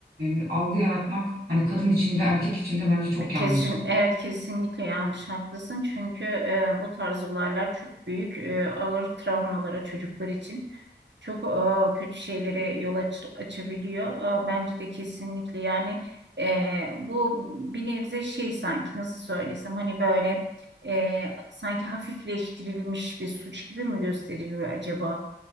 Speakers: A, on the right; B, on the right.
A: e, algı yaratmak hani kadın içinde erkek içinde bence çok
B: E, Kesin,
A: yanlış.
B: evet kesinlikle yanlış haklısın çünkü e, bu tarz olaylar çok büyük e, ağır travmalara çocuklar için çok e, kötü şeylere yol aç- açabiliyor. E, bence de kesinlikle yani e, bu bir nebze şey sanki nasıl söylesem hani böyle e, sanki hafifleştirilmiş bir suç gibi mi gösteriliyor acaba?